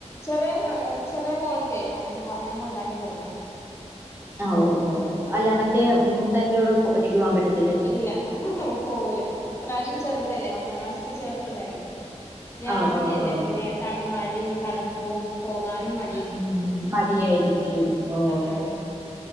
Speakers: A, on the left; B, on the right.
A: ചെറിയ മകൾ ചെറിയ മോൾ ക്കെ ഞാന് ഞാ കൊണ്ടാക്കി കൊടുക്കണം.
B: അ ഓ ഓ ഓ, അല്ല മറ്റേ മൂത്തന്റോടെ ഒറ്റക്ക് പോവാൻ പറ്റത്
A: ഇല്ല, ഹ് ഹ് ഹ് പോവൂല, ഇപ്രാവശ്യം ചെറുതല്ലേ, ഒന്നാം ക്ലാസ്സ്ക്ക് ചേർത്തതല്ലേ. രാവിലെയല്ലേ
B: ആ ഓ ഓ ഓ
A: പിന്നെ തണ് മഴിം തണുപ്പും പോകാനും മ
B: ഊ.. മ് മടിയായിരിക്കും. ഓ..
A: ആഹ്